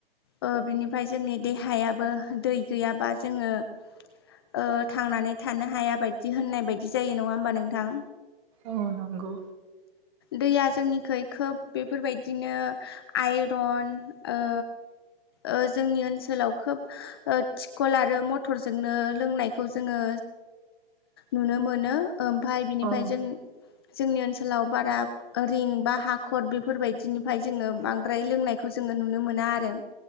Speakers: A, on the left; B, on the right.
A: ओ बिनिफ्राय जोंनि देहायाबो दै गैयाबा जोङो ओ थांनानै थानो हाया बायदि होननाय बायदि जायो नङा होमबा नोंथां।
B: औ नंगौ।
A: दैया जोंनिख खोब बेफोरबायदिनो आइरन ओ ओ जोंनि ओनसोलाव खोब थिखल आरो मथरजोंनो लोंनायखौ जोङो नुनो मोनो। ओमफ्राय बिनिफ्राय
B: औ
A: जों जोंनि ओनोल ओनसोलाव बारा रिं बा हाखर बेफोरबायदिनिफ्राय जोङो बांद्राय लोंनायखौ जोङो नुनो मोना। ना आरो।